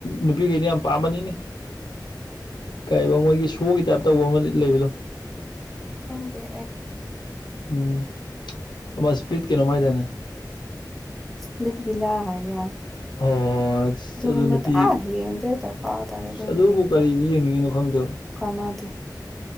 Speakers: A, on the left; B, in the centre.
A: ꯅꯨꯄꯤꯈꯩꯅ ꯌꯥꯝ ꯄꯥꯝꯕꯅꯤꯅꯦ꯫ ꯀꯥꯏꯕ ꯃꯣꯏꯒꯤ ꯁꯣꯒꯤ ꯇꯥꯏꯞ ꯇꯧꯕ ꯑꯃ ꯂꯩꯕꯗꯣ꯫
B: ꯈꯪꯗꯦ ꯑꯩ꯫
A: ꯎꯝ ꯑꯃ ꯁꯄ꯭ꯔꯤꯠ ꯀꯩꯅꯣꯃ ꯍꯥꯏꯗꯥꯏꯅꯦ꯫
B: ꯁ꯭ꯄꯂꯤꯠ ꯕꯤꯂꯥ ꯍꯥꯏꯕ꯭ꯔꯥ꯫
A: ꯑꯣ
B: ꯗꯨꯒꯨꯝꯕ
A: ꯑꯗꯨ ꯅꯨꯄꯤ
B: ꯑꯥ ꯌꯦꯡꯗꯦ ꯗꯔꯀꯥꯔ ꯇꯥꯗꯦ ꯗꯨꯒꯨꯝꯕ
A: ꯑꯗꯨꯕꯨ
B: ꯌꯦꯡꯒ꯫
A: ꯀꯔꯤꯗ ꯌꯦꯡꯅꯤꯡꯉꯤꯅꯣ ꯈꯪꯗꯦꯕ
B: ꯀꯅꯥꯗꯦ꯫